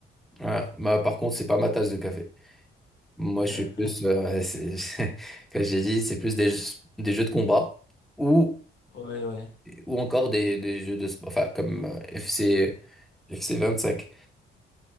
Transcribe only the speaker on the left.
<laughs>
Ouais, ouais.